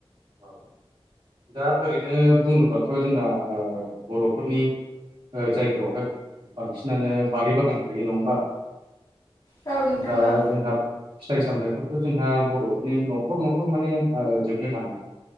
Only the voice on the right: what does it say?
औ दा ओरैनो बुङोबा थ' जोंना बर'फोरनि जायगायावहाय बांसिनानो बारि बागान थायो नङा होमबा <inaudible>
दा दा
जोंहा फिथाइ सामथथायफोरखौ जोंहा बर'फोरनि न'खर न'खर माने जोबनो थाङा